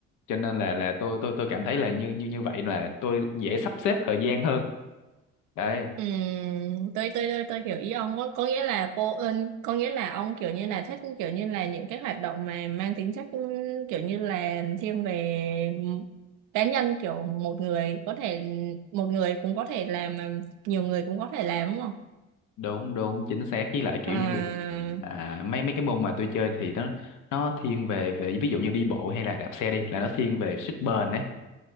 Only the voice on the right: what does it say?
Ừ, tôi tôi tôi tôi hiểu ý ông có có nghĩa là cô ơn có nghĩa là ông kiểu như là thích kiểu như là những cái hoạt động mà mang tính chất kiểu như là thiên về cá nhân kiểu một người có thể một người cũng có thể làm mà nhiều người cũng có thể làm đúng không?
À,